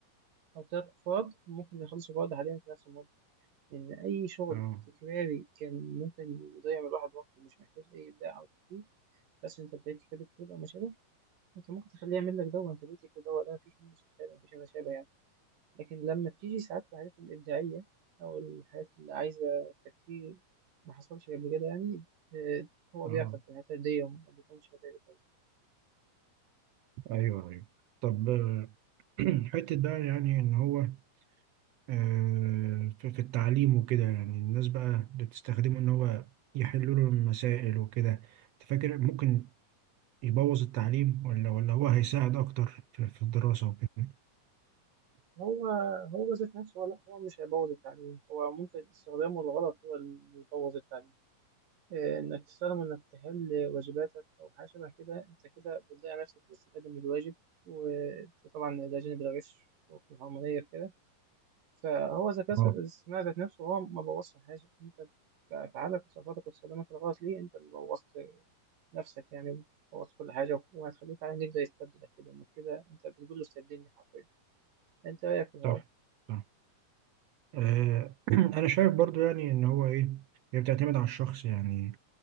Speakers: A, on the right; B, on the right.
A: أو ثلاث أفراد ممكن يخلصوا بعض حاليا في نفس المدة لأن أي شغل
B: اه
A: تكراري كان ممكن يضيع من الواحد وقته مش محتاج أي إبداع أو تفكير بس أنت بتعيد كتابة كود أو ما شابه أنت ممكن تخليه يعمل لك ده وأنت بتكتب ده وده مفيش منه استفادة مفيش ما شابه يعني لكن لما بتيجي ساعات الحاجات الإبداعية أو الحاجات اللي عايزة تفكير ما حصلش قبل كده يعني آه، هو
B: اه
A: بيعطل في الحتة دي وما بيكونش نتائجه كويسة.
B: ايوه ايوه طب <clears throat> حتة بقى يعني إن هو آه، في في التعليم وكده يعني الناس بقى اللي بتستخدمه إن هو يحلوا له المسائل وكده أنت فاكر ممكن يبوظ التعليم ولا ولا هو هيساعد أكتر في في الدراسة وكده؟
A: هو هو ذات نفسه هو لا هو مش هيبوظ التعليم هو ممكن استخدامه الغلط هو اللي يبوظ التعليم آه، انك تستخدم انك تحل واجباتك او حاجه شبه كده انت كده بتضيع نفسك في الاستفاده من الواجب وطبعا ده جانب الغش وفي الحرمانيه في كده فهو ذكاء
B: اه
A: الاصطناعي ذات نفسه هو ما بوظش حاجه انت بافعالك وصفاتك واستخدامك الغلط ليه انت اللي بوظت نفسك يعني بوظت كل حاجه وهتخليك على انك ده يستبدلك كده انك كده انت بتقول له استبدلني حرفيا انت رايك في الحوار
B: صح صح آه، <clears throat> أنا شايف برضو يعني إن هو إيه هي بتعتمد على الشخص يعني